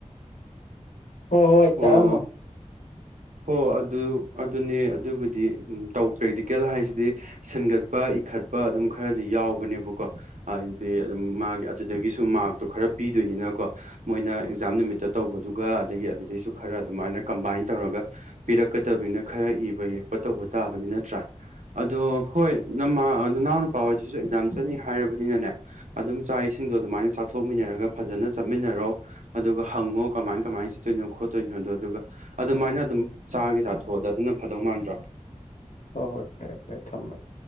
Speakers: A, on the left; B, on the right.
A: ꯍꯣꯏ ꯍꯣꯏ
B: ꯑꯣ
A: ꯆꯥꯔꯝꯃꯣ
B: ꯍꯣ ꯑꯗꯨ ꯑꯗꯨꯅꯦ ꯑꯗꯨꯕꯨꯗꯤ ꯇꯧ ꯄ꯭ꯔꯦꯛꯇꯤꯀꯦꯜ ꯍꯥꯏꯁꯤꯗꯤ ꯁꯤꯟꯒꯠꯄ ꯏꯈꯠꯄ ꯑꯗꯨꯝ ꯈꯔꯗꯤ ꯌꯥꯎꯕꯅꯦꯕꯀꯣ ꯍꯥꯏꯗꯤ ꯑꯗꯨꯝ ꯃꯥꯒꯤ ꯑꯗꯨꯗꯒꯤꯁꯨ ꯃꯥꯔꯛꯇꯣ ꯈꯔ ꯄꯤꯗꯣꯏꯅꯤꯅꯀꯣ ꯃꯣꯏꯅ ꯑꯦꯛꯖꯥꯝ ꯅꯨꯃꯤꯠꯇ ꯇꯧꯕꯗꯨꯒ ꯑꯗꯒꯤ ꯑꯗꯨꯗꯩꯁꯨ ꯈꯔ ꯑꯗꯨꯃꯥꯏꯅ ꯀꯝꯕꯥꯏꯟ ꯇꯧꯔꯒ ꯄꯤꯔꯛꯀꯗꯕꯅꯤꯅ ꯈꯔ ꯏꯕ ꯌꯦꯛꯄ ꯇꯧꯕ ꯇꯥꯕꯅꯤ ꯅꯠꯇ꯭ꯔꯥ ꯑꯗꯣ ꯍꯣꯏ ꯅꯃꯥ ꯅꯅꯥꯎ ꯅꯨꯄꯥ ꯍꯣꯏꯗꯨꯁꯨ ꯑꯦꯛꯖꯥꯝ ꯆꯠꯅꯤ ꯍꯥꯏꯔꯕꯅꯤꯅꯅꯦ ꯑꯗꯨꯝ ꯆꯥꯛ ꯏꯁꯤꯡꯗꯣ ꯑꯗꯨꯃꯥꯏꯅ ꯆꯥꯊꯣꯛꯃꯤꯟꯅꯔꯒ ꯐꯖꯅ ꯆꯠꯃꯤꯟꯅꯔꯣ ꯑꯗꯨꯒ ꯍꯪꯉꯣ ꯀꯃꯥꯏ ꯀꯃꯥꯏꯅ ꯆꯠꯇꯣꯏꯅꯣ ꯈꯣꯠꯇꯣꯏꯅꯣꯗꯣ ꯑꯗꯨꯒ ꯑꯗꯨꯃꯥꯏꯅ ꯑꯗꯨꯝ ꯆꯥꯒꯦ ꯆꯥꯊꯣꯛꯑꯣꯗ ꯑꯗꯨꯅ ꯐꯗꯧ ꯃꯥꯟꯗ꯭ꯔꯣ
A: ꯍꯣꯏ ꯍꯣꯏ ꯐꯔꯦ ꯐꯔꯦ ꯊꯝꯃꯒꯦ